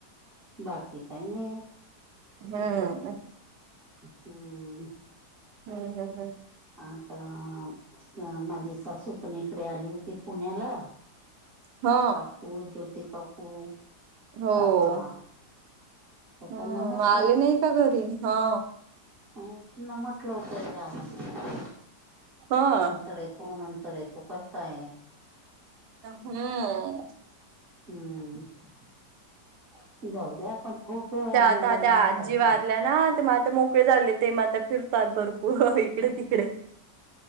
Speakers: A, on the right; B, on the right.
A: बाकी काही नाही
B: हम्म
A: आता हम्म.
B: हम्म हम्म हम्म हम्म.
A: आता माझी सासू पण इकडे आली होती पुण्याला
B: हा
A: काकू, ज्योती काकू.
B: हो
A: काका तर
B: हम्म
A: त्यांना म्हटलं
B: आले नाही का घरी हा.
A: नाही त्यांना म्हटलं होतं या म्ह
B: हा.
A: नंतर तो नंतर आहे तो करताय?
B: हम्म.
A: हम्म जाऊ दे आपण खूप
B: त्या
A: बोलवलं
B: त्या
A: आता
B: आजी
A: यथे
B: वारल्या ना ते म आ मोकळे झाले ते म आ फिरतात भरपूर इकडे तिकडे